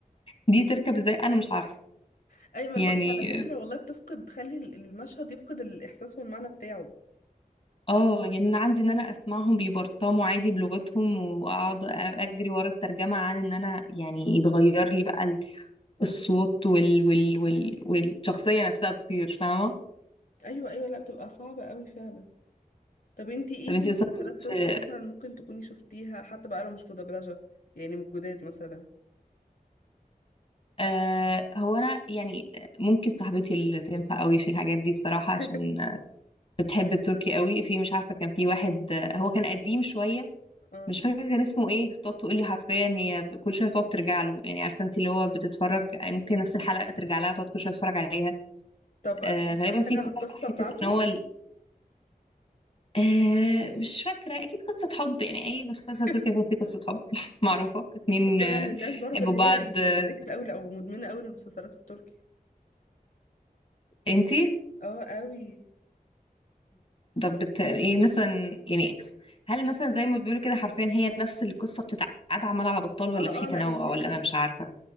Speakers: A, on the left; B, on the left.
A: دي تركب ازاي انا مش عارفه
B: <laughs> أي ما
A: يعني
B: أنا بقولك على فكرة والله بتفقد تخلي المشهد يفقد الإحساس والمعنى بتاعه
A: اه يعني انا عندي ان انا اسمعهم بيبرطموا عادي بلغتهم واقعد اجري ورا الترجمه عن ان انا يعني يتغير لي بقى الصوت وال... وال... وال... والشخصية نفسها بتطير فاهمة
B: أيوه أيوه لا بتبقى صعبة أوي فعلا طب انتي ايه
A: طب انتي
B: في مسلسلات
A: مثلا في
B: تركي مثلا ممكن تكوني شفتيها حتى بقى لو مش مدبلجة يعني من الجداد مثلا
A: آه هو انا يعني ممكن صاحبتي اللي تنفع قوي في الحاجات دي الصراحة عشان
B: <laughs>
A: بتحب التركي قوي في مش عارفة كان في واحد آه، هو كان قديم شوية
B: اه
A: مش فاكرة كان اسمه ايه تقعد تقول لي حرفيا هي كل شوية تقعد ترجع له يعني عارفة انت اللي هو بتتفرج يعني ممكن نفس الحلقة ترجع لها تقعد كل شوية تتفرج عليها
B: طب
A: آه
B: بتعرفي
A: غالبا في
B: حاجة
A: ثقافة-
B: عن القصة
A: حتة
B: بتاعته
A: ان هو آه مش فاكرة أكيد قصة حب يعني أي مسلسل
B: <laughs>
A: تركي هيكون فيه قصة حب <laughs> معروفة اتنين
B: اصلا
A: آه،
B: انا من الناس برضو
A: حبوا
B: اللي
A: بعض
B: هي يعني
A: آه،
B: ادكت قوي او مدمنة قوي للمسلسلات التركي
A: انتي
B: اه قوي
A: طب بت... ايه مثلا يعني هل مثلا زي ما بيقولوا كده حرفيا هي نفس القصة بتتعاد عمال على بطال ولا
B: اه
A: في
B: اه
A: تنوع
B: لا هي دي
A: ولا
B: حقيقة
A: أنا مش عارفة